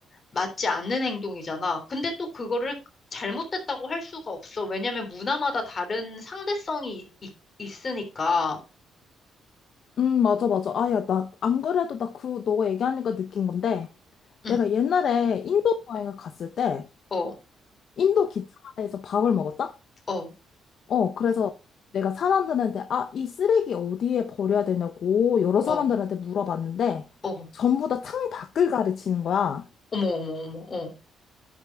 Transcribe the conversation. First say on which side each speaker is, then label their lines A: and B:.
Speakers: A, on the left (about 40°); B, on the left (about 60°).
A: 맞지 않는 행동이잖아. 근데 또 그거를 잘못됐다고 할 수가 없어. 왜냐면 문화마다 다른 상대성이 있, 있으니까.
B: 음, 맞아, 맞아. 아, 야, 나, 안 그래도 나 그, 너가 얘기하니까 느낀 건데,
A: 응,
B: 내가 옛날에 인도 여행을 갔을 때,
A: 어,
B: 인도 기차에서 밥을 먹었다?
A: 어,
B: 어, 그래서 내가 사람들한테, 아, 이 쓰레기 어디에 버려야 되냐고 여러 사람들한테
A: 어,
B: 물어봤는데,
A: 어.
B: 전부 다 창 밖을 가르치는 거야.
A: 어머, 어머, 어머, 어.